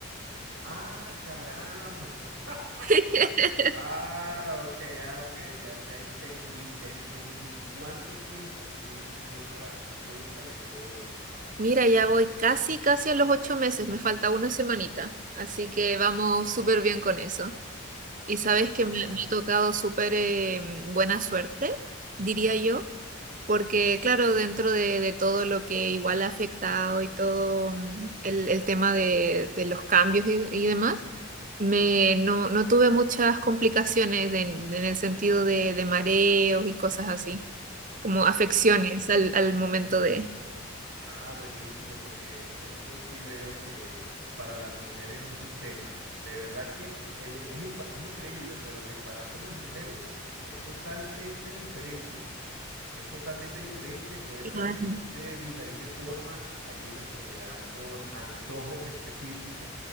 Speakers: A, on the right (about 65°); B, on the right (about 40°).
A: Ah, caramba. <laughs>
B: <laughs>
A: Ah, ok, ah, ok, ya, ya entendí, ya entendí. ¿Cuánto tiempo tienes de embarazo? Cuéntame todo eso.
B: Mira, ya voy casi, casi a los ocho meses, me falta una semanita, así que vamos súper bien con eso. Y sabes
A: Ah,
B: que me, me ha tocado súper eh, buena suerte, diría yo, Porque, claro, dentro de, de todo lo que igual ha afectado y todo mm, el, el tema de, de los cambios y, y demás, me, no, no tuve muchas complicaciones de- en el sentido de, de mareos y cosas así, como afecciones
A: ah,
B: al, al momento de...
A: ah, buenísimo, porque eso sí veo que para las mujeres es un tema. De verdad que el- es, imba- es increíble, pero el embarazo en las mujeres es totalmente diferente. Es totalmente diferente, pueden
B: Ay.
A: reaccionar de diferentes formas. Hay unas que le dan por antojos específicos,